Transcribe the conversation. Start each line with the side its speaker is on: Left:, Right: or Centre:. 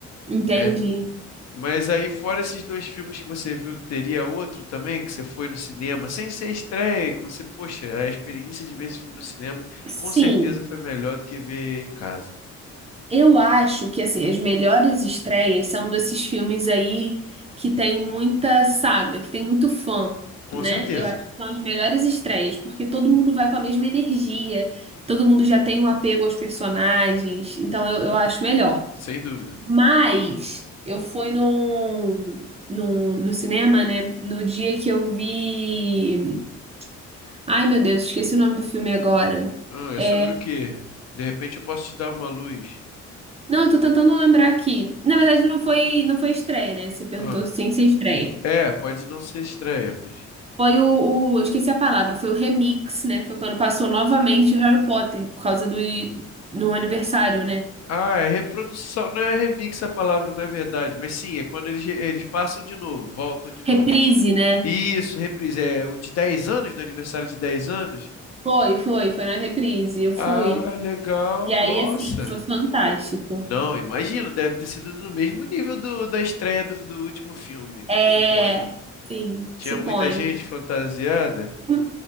Right: Entendi.
Left: É, mas aí, fora esses dois filmes que você viu, teria outro também que você foi no cinema, sem ser estreia, que você, poxa, a experiência de ver esse filme no cinema com
Right: Sim.
Left: certeza foi melhor do que ver em casa.
Right: Eu acho que assim, as melhores estreias são desses filmes aí que tem muita saga, que tem muito fã,
Left: Com
Right: né?
Left: certeza,
Right: Eu acho que são as melhores estreias, porque todo mundo vai com a mesma energia, todo mundo já tem o apego aos personagens, então eu, eu acho melhor.
Left: sem dúvida.
Right: Mas eu fui num, num, no cinema, né? No dia que eu vi. Ai, meu Deus, esqueci o nome do filme agora.
Left: Ah, é
Right: É.
Left: sobre o quê? De repente eu posso te dar uma luz.
Right: Não, eu tô tentando lembrar aqui. Na verdade, não foi, não foi estreia, né? Você perguntou
Left: Ah,
Right: sem ser estreia.
Left: é, pode não ser estreia, mas.
Right: Foi o, o- eu esqueci a palavra, foi o remix, né? Foi quando passou novamente o Harry Potter, por causa do, do aniversário, né?
Left: Ah, é reprodução, não é remix a palavra, na verdade, mas sim, é quando eles, re- eles passam de novo, voltam de novo.
Right: Reprise, né?
Left: Isso, reprise, é o de 10 anos, do aniversário de 10 anos.
Right: Foi, foi, foi na reprise. Eu fui.
Left: Ah, legal,
Right: E aí,
Left: nossa.
Right: assim, foi fantástico.
Left: Não, imagino, deve ter sido no mesmo nível do, da estreia do, do último filme,
Right: É,
Left: suponho.
Right: sim,
Left: Tinha
Right: suponho.
Left: muita gente fantasiada.
Right: Hum,